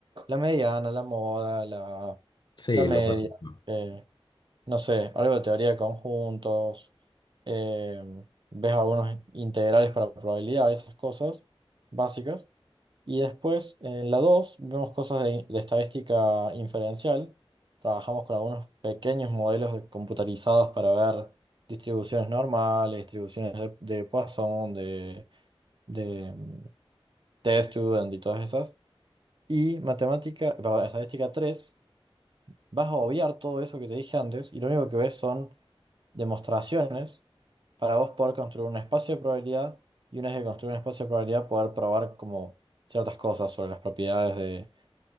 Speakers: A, on the right (about 55°); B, on the left (about 50°).
A: la mediana, la moda, la,
B: Sí,
A: la media,
B: lo básico.
A: eh, no sé, algo de teoría de conjuntos. eh, ves algunos integrales para probabilidad, esas cosas básicas. Y después, en la 2 vemos cosas de, de estadística inferencial. Trabajamos con algunos pequeños modelos de- computarizados para ver distribuciones normales, distribuciones de, de Poisson, de, de mm, test student y todas esas. Y matemática, perdón, estadística 3 vas a obviar todo eso que te dije antes y lo único que ves son demostraciones para vos poder construir un espacio de probabilidad y una vez que construir un espacio de probabilidad poder probar como ciertas cosas sobre las propiedades de